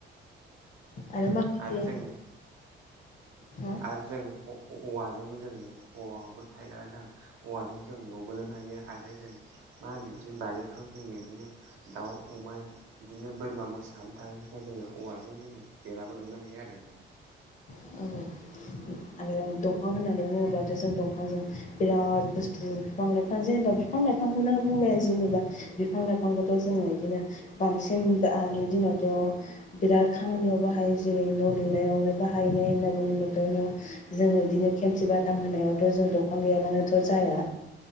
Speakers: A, on the left; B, on the right.
A: आरो माखासे
B: आरो जों
A: हा
B: आरो जों औवाजोंबो जों औवाबो थाइगानानै थां औवाजों जों न' बलोननो हायो आरो जों मा होनो बिदिनो बारिफ्राव जों बिदिनो। दाउ अमानि बिदिनो बोरमा मोसाहानानैनो थांैनि थाखाय जोङो औवाजों जोङो बेराबो दुमनो हायो आरो नोंथां।
A: औ।
B: <inaudible>
A: आरो दंफां होननानै बुङोब्लाथ' जों दंफांजों बिराद बुस्थु बिफां-लाइ बिफां जेनेबा बिफां लाइफांखौनो बुंबाय जेनेबा बिफां लाइफांखौथ' जोङो बिदिनो। बांसिन दानि दिनावथ' बिराद खामानियाव बाहायो जेरै न' लुनायावनो बाहायो। हनायैन बुंबोदनो जोङो बिदिनो खेमसि बाथाम होनायावथ' जों दंफां गैयाबानोथ' जाया।